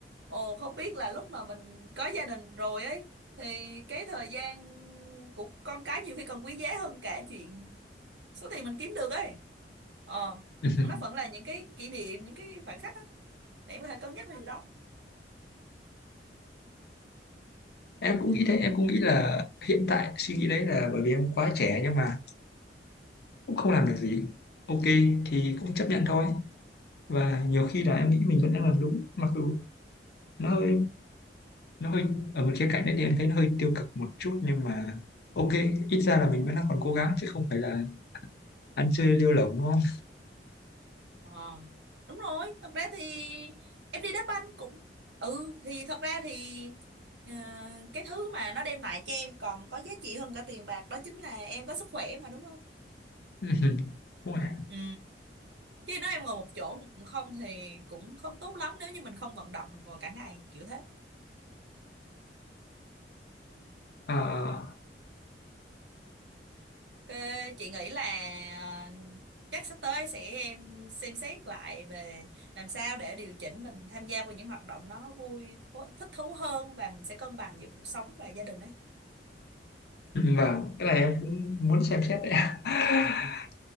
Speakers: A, on the right (about 80°); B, on the left (about 65°).
A: ồ không biết là lúc mà mình có gia đình rồi ấy thì cái thời gian của con cái nhiều khi còn quý giá hơn cả chuyện số tiền mình kiếm được ấy ờ
B: <laughs>
A: nó vẫn là những cái kỷ niệm những cái khoảnh khắc á để em có thể cân nhắc về điều đó
B: em cũng nghĩ thế em cũng
A: Ừ.
B: nghĩ là hiện tại suy nghĩ đấy là bởi vì em quá trẻ nhưng mà cũng không làm được gì ok thì cũng chấp nhận thôi và nhiều khi là em nghĩ mình vẫn đang làm đúng mặc dù nó hơi nó hơi ở một khía cạnh đấy thì em thấy nó hơi tiêu cực một chút nhưng mà ok ít ra là mình vẫn đang còn cố gắng chứ không phải là ăn chơi lêu lổng đúng không
A: Ờ, đúng rồi, thật ra thì em đi đá banh cũng ừ thì thật ra thì ờ, cái thứ mà nó đem lại cho em còn có giá trị hơn cả tiền bạc đó chính là em có sức khỏe mà đúng không?
B: <laughs> đúng rồi
A: Ừ. Chứ nếu em ngồi một chỗ không thì cũng không tốt lắm nếu như mình không vận động mình ngồi cả ngày kiểu thế.
B: à,
A: Ờ, chị nghĩ là ờ, chắc sắp tới sẽ em xem xét lại về làm sao để điều chỉnh mình tham gia vào những hoạt động nó vui thú- thích thú hơn và mình sẽ cân bằng giữa cuộc sống và gia đình ấy.
B: và <laughs> cái này em cũng muốn xem xét đấy <laughs>